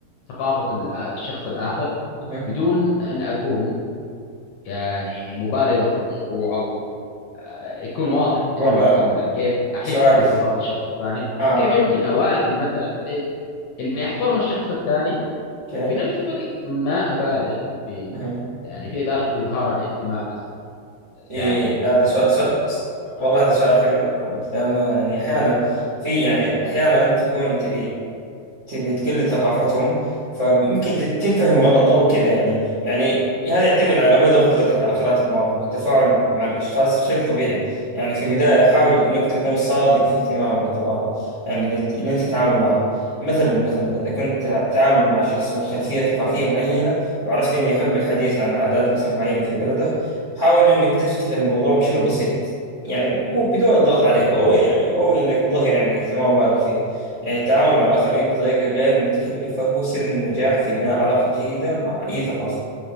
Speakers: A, on the left (about 75°); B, on the right (about 80°).
A: ثقافه ال- الشخص الاخر
B: اها
A: بدون ان اكون يعني مبالغا في الموضوع او آه، يكون واضح
B: والله
A: اني متصنع كيف احس
B: سؤال
A: في ثقافه الشخص الثاني
B: اه
A: كيف يمكن اوازن مثلا بين اني احترم الشخص الثاني
B: اوكي
A: وفي نفس الوقت ما ابالغ في
B: اها
A: يعني في ابالغ في اظهار الاهتمام الز- الزايد
B: اي هذا سؤال,
A: بالنسبه
B: سؤال
A: له معاه
B: والله هذا سؤال حلو يا محمد لانه يعني احيانا في يعني احيانا انت تكون تبي تبي تقلد ثقافتهم فممكن تت- تنفهم غلط أو كذا يعني يعني هذا يعتمد على مدى قدرتك على قراءة المواقف والتفاعل مع الأشخاص بشكل طبيعي يعني في البداية حاول إنك تكون صادق في اهتمامك بالثقافة يعني اللي اللي أنت تتعامل معه مثلا مثلا إذا كنت تتعامل مع شخص من خلفية ثقافية معينة وعرفت إنه يحب الحديث عن عادات مثلا معينة في بلده حاول إنك تفتح الموضوع بشكل بسيط يعني مو بدون الضغط عليه أو يعني أو إنك تظهر يعني اهتمام بالغ فيه يعني التعامل مع الآخرين بطريقة غير متكلفة هو سر النجاح في بناء علاقة جيدة مع أي ثقافة